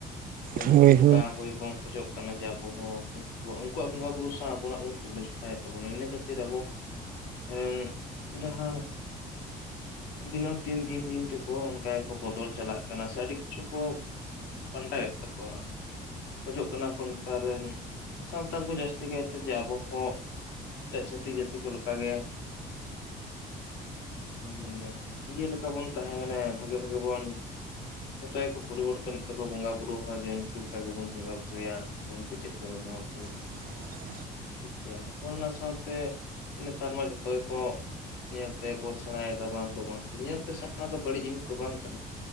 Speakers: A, on the left; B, on the right.
A: ᱥᱮ
B: ᱦᱳᱭ
A: ᱩᱱᱠᱩ ᱞᱮᱠᱟ
B: ᱦᱳᱭ
A: ᱦᱩᱭ ᱵᱚᱱ ᱠᱷᱚᱡᱚᱜ ᱠᱟᱱᱟ ᱡᱮ ᱟᱵᱚ ᱦᱚᱸ ᱩᱱᱠᱩᱣᱟᱜ ᱩᱱᱠᱩᱣᱟᱜ ᱵᱚᱸᱜᱟ ᱵᱩᱨᱩ ᱥᱟᱶ ᱟᱵᱚᱱᱟᱜ ᱵᱚᱱ ᱛᱩᱞᱟᱹ ᱡᱚᱠᱷᱟᱭᱮᱫ ᱛᱟᱵᱚᱱᱟ ᱤᱱᱟᱹ ᱠᱷᱟᱹᱛᱤᱨ ᱟᱵᱚ ᱮᱸᱜ ᱡᱟᱦᱟᱸ ᱫᱤᱱᱟᱹᱢ ᱫᱤᱱ ᱫᱤᱱ ᱫᱤᱱ ᱛᱮᱠᱚ ᱚᱱᱠᱟ ᱜᱮᱠᱚ ᱵᱚᱫᱚᱞ ᱪᱟᱞᱟᱜ ᱠᱟᱱᱟ ᱥᱮ ᱟᱹᱰᱤ ᱠᱤᱪᱷᱩ ᱠᱚ ᱯᱟᱞᱴᱟᱣᱮᱫ ᱛᱟᱠᱚᱣᱟ ᱠᱷᱚᱡᱚᱜ ᱠᱟᱱᱟ ᱠᱚ ᱱᱮᱛᱟᱨ ᱨᱮᱱ ᱥᱟᱱᱛᱟᱲ ᱠᱚ ᱡᱟᱹᱥᱛᱤ ᱠᱟᱭᱛᱮ ᱡᱮ ᱟᱵᱚ ᱦᱚᱸ ᱮᱴᱟᱜ ᱡᱟᱹᱛᱤ ᱡᱟᱹᱛᱤ ᱠᱚ ᱞᱮᱠᱟ ᱜᱮ ᱢᱟᱱᱮ ᱤᱭᱟᱹ ᱞᱮᱠᱟ ᱵᱚᱱ ᱛᱟᱦᱮᱸ ᱢᱟᱱᱮ ᱵᱷᱟᱜᱮ ᱵᱷᱟᱜᱮ ᱵᱚᱱ ᱡᱚᱛᱚ ᱜᱮ ᱠᱚ ᱯᱚᱨᱤᱵᱚᱨᱛᱚᱱᱮᱫ ᱛᱟᱠᱚ ᱵᱚᱸᱜᱟ ᱵᱩᱨᱩ ᱦᱚᱸ ᱡᱮ ᱩᱱᱠᱩ ᱞᱮᱠᱟ ᱜᱮᱵᱚᱱ ᱵᱚᱸᱜᱟ ᱵᱩᱨᱩᱭᱟ ᱩᱱᱠᱩ ᱪᱮᱫ ᱞᱮᱠᱟ ᱠᱚ ᱵᱚᱸᱜᱟ ᱵᱨᱩᱭᱮᱫᱟ
B: <inaudible>
A: ᱴᱷᱤᱠ ᱜᱮᱭᱟ ᱱᱩᱠᱩ ᱚᱱᱟ ᱥᱟᱶᱛᱮ ᱱᱮᱛᱟᱨ ᱢᱟ ᱡᱚᱛᱚ ᱜᱮᱠᱚ ᱧᱮᱞ ᱛᱮᱠᱚ ᱥᱮᱬᱟᱭᱮᱫᱟ ᱵᱟᱝ ᱫᱚ ᱵᱟᱝ, ᱧᱮᱞᱛᱮ ᱥᱮᱬᱟ ᱫᱚ ᱵᱟᱹᱲᱤᱡ ᱡᱤᱱᱤᱥ ᱫᱚ ᱵᱟᱝ ᱠᱟᱱᱟ